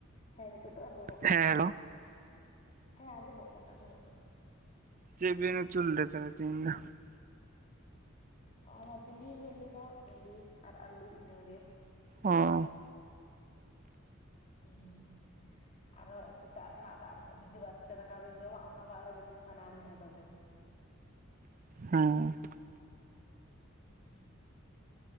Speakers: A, on the left (about 35°); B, on the right (about 40°).
A: ᱦᱮᱸ ᱱᱤᱛᱚᱜ ᱫᱚ ᱟᱸᱡᱚᱢᱚᱜ ᱠᱟᱱᱟ
B: ᱦᱮᱸ ᱦᱮᱞᱳ
A: ᱦᱮᱸ ᱟᱸᱡᱚᱢᱚᱜ ᱠᱟᱱᱟ ᱟᱸᱡᱚᱢᱚᱜ ᱠᱟᱱᱟ ᱾
B: <inaudible>
A: ᱚᱱᱟ ᱵᱤᱞᱤ ᱦᱩᱭ ᱞᱮᱱᱟ ᱵᱤᱞᱤ ᱟᱨ ᱟᱞᱩ ᱤᱱᱟᱹᱜᱮ ᱾
B: ᱚᱻ
A: <unintelligible> ᱟᱨᱦᱚᱸ ᱥᱮᱛᱟᱜ ᱨᱮᱱᱟᱜ ᱫᱟᱜ ᱢᱟᱹᱲᱤ ᱡᱩᱫᱤ ᱵᱟᱥᱠᱮ ᱫᱟᱠᱟ ᱵᱤᱱ ᱡᱚᱢᱟ ᱚᱱᱟ ᱫᱚ ᱟᱨᱦᱚ ᱡᱟᱯᱤᱫᱽ ᱥᱟᱱᱟ ᱟᱱᱤᱡᱟ ᱫᱚᱢᱮ᱾
B: ᱦᱩᱸ ᱾
A: <unintelligible>